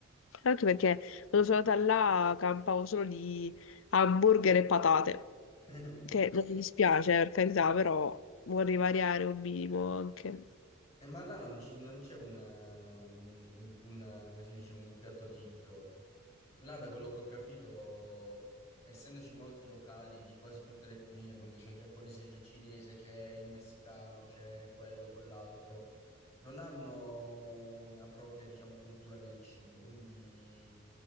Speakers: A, on the left; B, on the left.
A: Anche perché quando sono andata là campavo solo di hamburger e patate,
B: <laughs>
A: che non mi dispiace per carità, però vorrei variare un minimo anche.
B: Eh, ma là non ci- non c'è un, eh, un- un, come si dice, un piatto tipico. Là, da quello che ho capito, essendoci molti locali di quasi tutte le etnie, quindi c'è il giapponese, c'è il cinese, c'è il messicano, c'è quello, quell'altro. non hanno una propria, diciamo, cultura nel cibo, quindi